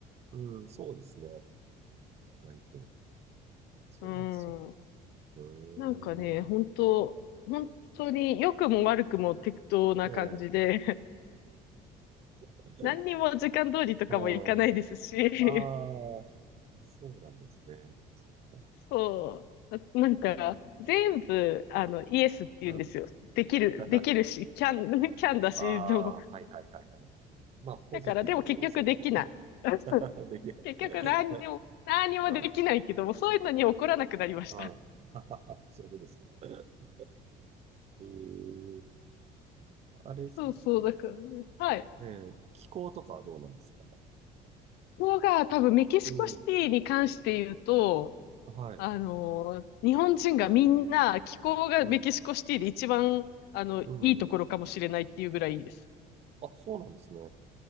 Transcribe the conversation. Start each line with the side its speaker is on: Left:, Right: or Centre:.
Right: うん、そうですね。割と。そうなんですよ。
Left: うん。
Right: うーん。
Left: なんかね、本当本当に良くも悪くも適当な感じで、
Right: ええ。
Left: <laughs>
Right: <laughs>
Left: 何にも時間通りとかも行かないですし、
Right: うん。
Left: <laughs>
Right: ああ、そうなんですね。そっか。
Left: そう。あなんか、全部、あの、イエスって言うんですよ。
Right: うん。
Left: できる、
Right: <laughs>
Left: できるし、キャン、<laughs> キャンだし、
Right: ああー、
Left: でも、
Right: はいはいはいはい。まあ、ポジティブってことですよね。
Left: だから、でも結局できない。<laughs>
Right: <laughs> できる。
Left: 結局何にも、
Right: <laughs>
Left: 何にもできないけども、
Right: はい
Left: そういうのに怒らなくなりました。
Right: はい。<laughs> そういうことですか。<laughs> ええあれですかね。
Left: そうそう、だからね、はい。
Right: えー気候とかはどうなんですか
Left: こが多分メキシコシティに関して言うと、
Right: うん。はい。
Left: あのー日本人がみんな気候がメキシコシティで一番、
Right: うん。
Left: あの、いいところかもしれないっていうぐらいいいです。
Right: うん。あ、そうなんですね。